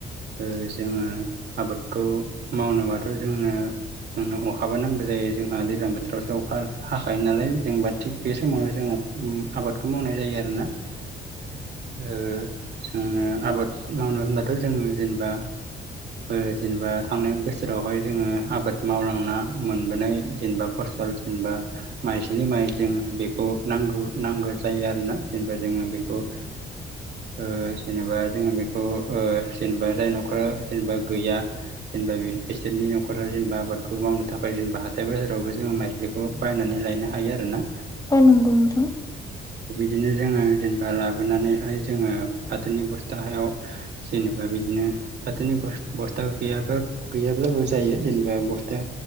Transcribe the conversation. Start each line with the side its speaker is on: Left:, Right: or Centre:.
Right: ओ जोङो आबादखौ मावनोबाथ जोंनो जोंनो अखाबो नांगौ जायो जोंहा दैज्लां बोथोरावसो अखा हाखायो नालाय जेनेबा थिग बे समावनो जोंङो आबादखौ मावनाय जायो आरोना ओ जोंनो आबाद मावनो होनबाथ‌ जोङो जेनेबा ओ जेनेबा थांनाय बोसोरावहाय जोङो आबाद मावलांना मोनबोनाय जेनेबा फस सल जेनेबा माइज्लि माइ जों बेखौ नांगौ नांगौ जायो आरो ना जेनेबा जोङो बेखौ ओ जेनेबा जोङो बेखौ ओ जेनेबा जाय नखरा जेनेबा गैया जेनेबा बिसोरनि नखरा जेनेबा आबादखौ मावनो थाखाय जेनेबा हाथाय बाजारावबो जोङो माइज्लिखौ बायनानै लायनो हा हायो आरो ना
Left: औ नंगौ नोंथां
Right: बिदिनो जोङो जेनेबा लाबोनानैहाय जोङो फाथोनि बस्थाहायाव जेनेबा बिदिनो फाथोनि बस बस्था गैयाब्रा गैयाब्लाबो जायो जेनेबा बस्था